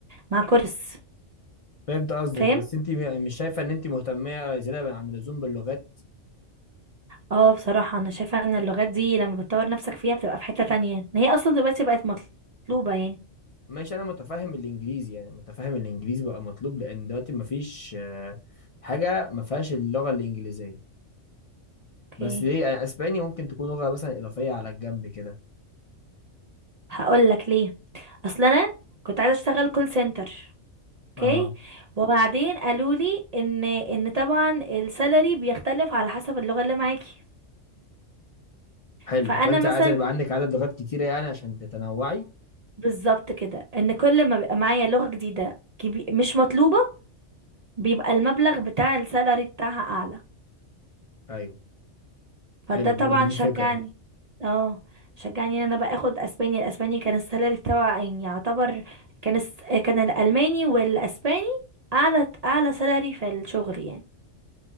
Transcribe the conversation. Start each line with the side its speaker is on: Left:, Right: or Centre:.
Right: مع كورس
Left: فهمت قصدك
Right: فاهم
Left: بس انت م- مش شايفه ان انت مهتمه زياده عن اللزوم باللغات
Right: اه بصراحة انا شايفة ان اللغات دي لما بتطور نفسك فيها بتبقى في حتة تانية ان هي اصلا دلوقتي بقت مطلوبة يعني
Left: ماشي انا متفهم الانجليزي يعني متفهم الانجليزي بقى مطلوب لان دلوقتي مفيش آه، حاجه ما فيهاش اللغه الانجليزيه
Right: اوكي
Left: بس ليه أنا اسباني ممكن تكون لغه مثلا اضافيه على الجنب كده
Right: هقول لك ليه اصل انا كنت عايزة اشتغل كول سنتر اوكي
Left: اه
Right: وبعدين قالوا لي ان ان طبعا السالري بيختلف على حسب اللغة اللي معاكي
Left: حلو
Right: فانا
Left: فانت
Right: مثلا
Left: عايزه يبقى عندك عدد لغات كتيره يعني عشان تتنوعي
Right: بالظبط كده ان كل ما بيبقى معايا لغة جديدة كبي- مش مطلوبة بيبقى المبلغ بتاع السالري بتاعها اعلى
Left: ايوه
Right: فده
Left: حلو
Right: طبعا
Left: برضو دي
Right: شجعني
Left: فكره
Right: اه شجعني ان انا بقى اخد اسباني الاسباني كان السالري بتاعه يعني يعتبر كان الس... كان الالماني والاسباني اعلى اعلى سالري في الشغل يعني